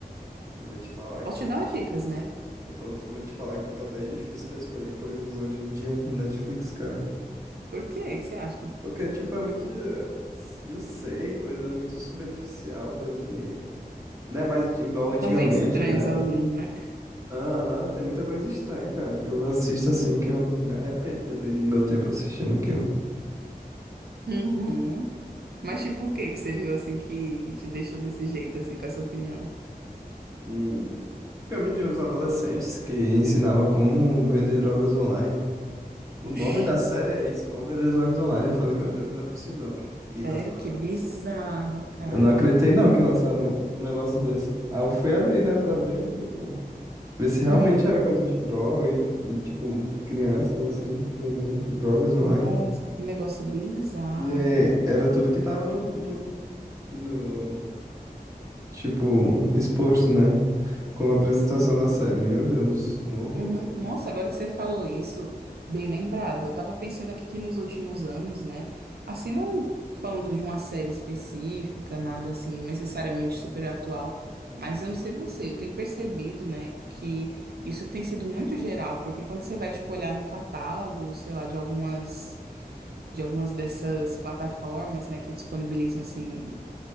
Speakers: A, on the right (about 20°); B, on the right (about 85°).
A: eu vou te falar
B: Posso
A: que tá,
B: te dar umas dicas, né?
A: eu tô, vou te falar que tá até difícil pra escolher coisas hoje em dia no Netflix, cara.
B: Por quê? O que você acha?
A: Porque, tipo, é muito, não sei, coisa muito superficial, coisa que não é mais igual antigamente,
B: São meio estranhos
A: né?
B: alguns, né?
A: Aham, tem muita coisa estranha, cara, que eu assisto assim, que eu me arrependo de ter perdido meu tempo assistindo aquilo.
B: Uhum. Mas tipo, o que que você viu assim que te deixou desse jeito, assim, com essa opinião?
A: Hum. Filme de uns adolescentes que ensinava como vender drogas online. O
B: Oxi,
A: nome da série é isso, como vender drogas online. Eu falei, meu Deus, não é possível não que, que lançaram.
B: sério, que bizarro, cara.
A: Eu não acreditei não que lançaram um negócio desse. Aí eu fui abrir, né, pra ver, tipo, ver se realmente
B: Uhum.
A: era coisa de droga e, e, tipo, crianças assim, vendendo drogas online.
B: Nossa, que negócio bizarro.
A: E é, era tudo que tava no, no, tipo, exposto, né? Como a apresentação
B: Sim.
A: da série. Meu Deus, um horror.
B: Uhum. Nossa, agora que você falou isso, bem lembrado. Eu tava pensando aqui que nos últimos anos, né? Assim, não falando de uma série específica, nada assim necessariamente super atual, mas eu não sei você, eu tenho percebido, né, que isso tem sido muito geral, porque quando você vai, tipo, olhar no catálogo, sei lá, de algumas, de algumas dessas plataformas, né, que disponibilizam, assim,